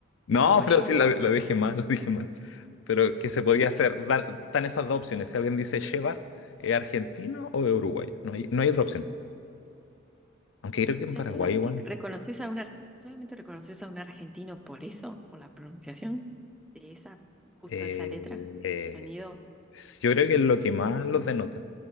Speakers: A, on the left; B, in the centre.
A: No,
B: uruguayo
A: pero sí,
B: no.
A: lo, lo dije mal, <laughs> lo dije mal. Pero qué
B: <laughs>
A: se podía hacer, dar, están esas dos opciones. Si alguien dice llevar, ¿es argentino o es uruguayo? No hay, no hay otra opción. Aunque creo que
B: O
A: en
B: sea,
A: Paraguay
B: solamente
A: igual.
B: reconoces a un ar- solamente reconoces a un argentino por eso, por la pronunciación de esa, justo
A: eh,
B: esa letra,
A: eh,
B: ese sonido
A: yo creo que es lo que más los denota.